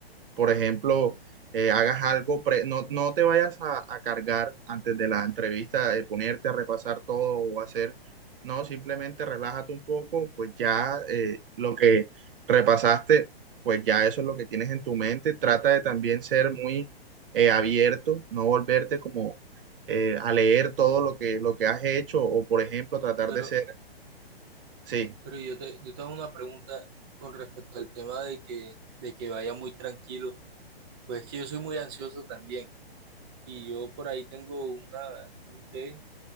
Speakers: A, on the right (about 60°); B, on the right (about 25°).
A: por ejemplo, eh, hagas algo, pre- no, no te vayas a, a cargar antes de la entrevista, de ponerte a repasar todo o hacer, no, simplemente relájate un poco, pues ya eh, lo que repasaste, pues ya eso es lo que tienes en tu mente. Trata de también ser muy eh, abierto, no volverte como eh, a leer todo lo que, lo que has hecho o, por ejemplo, tratar
B: pero,
A: de ser, sí.
B: pero yo te, yo te hago una pregunta con respecto al tema de que, de que vaya muy tranquilo Pues es que yo soy muy ansioso también y yo por ahí tengo una, un té